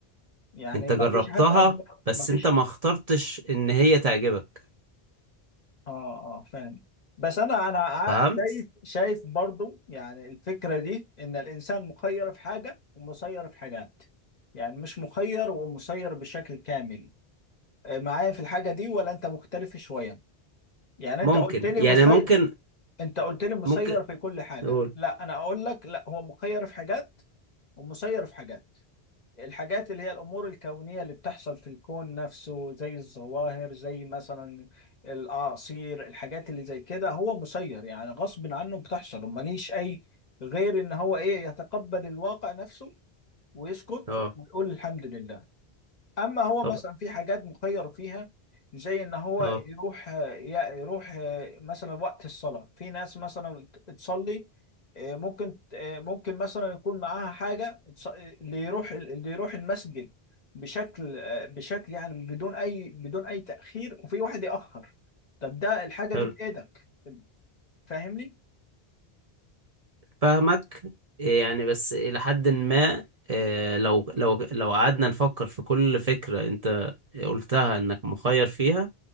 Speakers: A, on the left; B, on the right.
A: يعني
B: انت
A: ما
B: جربتها
A: فيش حد اكبر
B: بس
A: ما فيش
B: انت ما اخترتش ان هي تعجبك
A: اه اه فاهم بس انا انا ع-
B: فهمت
A: شايف شايف برضو يعني الفكرة دي ان الانسان مخير في حاجة ومسير في حاجات يعني مش مخير ومسير بشكل كامل آه، معايا في الحاجة دي ولا انت مختلف شوية يعني
B: ممكن
A: انت قلت لي
B: يعني
A: مسير
B: ممكن
A: انت قلت لي مسير
B: ممكن
A: في كل حاجة
B: نقول
A: لا انا اقول لك لا هو مخير في حاجات ومسير في حاجات الحاجات اللي هي الأمور الكونية اللي بتحصل في الكون نفسه زي الظواهر زي مثلا الأعاصير الحاجات اللي زي كده هو مسير يعني غصب عنه بتحصل وماليش أي غير إن هو إيه يتقبل الواقع نفسه ويسكت
B: اه
A: ويقول الحمد لله اما هو
B: طب
A: مثلا في حاجات مخير فيها زي ان هو
B: اه
A: يروح يروح مثلا وقت الصلاة في ناس مثلا تصلي آه، ممكن آه، ممكن مثلا يكون معاها حاجة اللي يروح اللي يروح المسجد بشكل آه، بشكل يعني بدون اي بدون اي تأخير وفي واحد يأخر طب ده الحاجة
B: حلو
A: دي بإيدك فاهمني
B: فاهمك إيه يعني بس إلى حد ما إيه لو لو لو قعدنا نفكر في كل فكرة أنت قلتها إنك مخير فيها